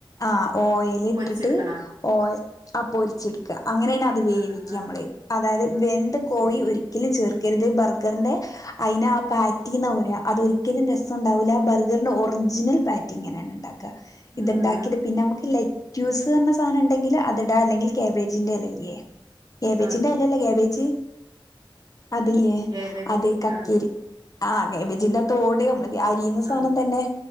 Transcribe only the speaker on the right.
പൊരിച്ചെടുക്കണാ
ആഹ് ആഹ്
അത്
ശരി
ആഹ്
ആഹ്
കേബേജ്
ആഹ്
ആഹ്